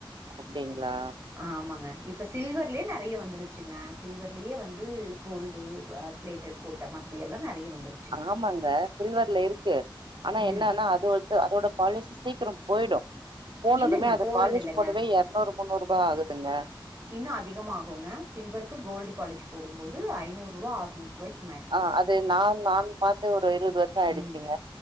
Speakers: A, on the right; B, on the right.
A: அப்படிங்ளா
B: ஆமாங்க இப்ப சில்வர்லயே நெறைய வந்துருச்சுங்க சில்வர்லயே வந்து கோல்டு அ பிளேட்டட் போட்ட மாதிரி எல்லா நெறைய வந்திருக்
A: ஆமாங்க சில்வர்ல இருக்கு ஆனா
B: ம்.
A: என்னன்னா அது வத்து அதோட பாலிஷ் சீக்கிரம் போயிடு போனதுமே
B: இல்லங்க
A: அது
B: போறது
A: பாலிஷ்
B: இல்லங்க
A: போடவே எற்நூறு முன்னூறுரூபா ஆகுதுங்க
B: இன்னு அதிகமாகுங்க சில்வருக்கு கோல்டு பாலிஷ் போடும்போது ஐநூறுரூவா ஆற்நூறு ரூவாய்க்
A: ஆ அது நான் நான் பாத்து ஒரு இருவது வர்ஷோ ஆயிடுச்சுங்க
B: ம்.